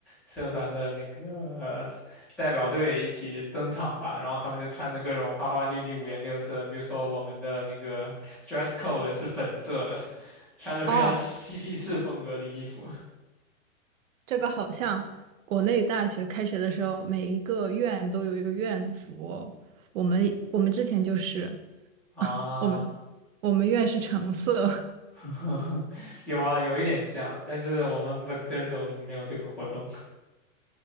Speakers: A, in the centre; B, on the right (about 75°).
A: 社团的那个代表队一起登场吧，然后他们就穿着各种花花绿绿、五颜六色。比如说我们的那个 dress code 是粉色的，穿着非常嬉皮士风格的衣服
B: 哦，这个好像国内大学开学的时候，每一个院都有一个院服哦我们我们之前就是，
A: 啊。
B: <laughs> 我们我们院是橙色，
A: <laughs> 有啊，有一点像，但是我们本科的时候没有这个活动。<laughs>